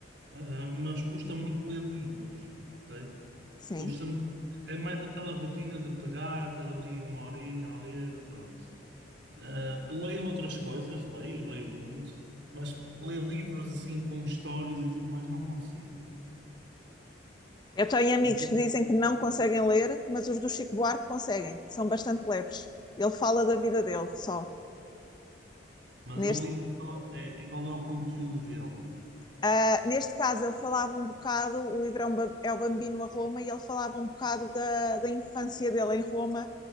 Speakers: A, on the right; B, on the left.
A: ah, mas custa muito ler livros, ok?
B: Sim.
A: Custa-me. É mais aquela rotina de pegar, estar ali uma horinha a ler, pronto. Ah, leio outras coisas, leio, leio muito, mas ler livros assim com histórias e tudo mais não consigo, pá.
B: Eu tenho amigos
A: Não sei
B: que
A: se-
B: dizem que não conseguem ler, mas os do Chico Buarque conseguem, são bastante leves. Ele fala da vida dele só.
A: Mas
B: Neste,
A: é um livro que fala. É, e qual é o conteúdo dele?
B: ah, neste caso, ele falava um bocado, o livro é, um é o Bambino a Roma, e ele falava um bocado da, da infância dele em Roma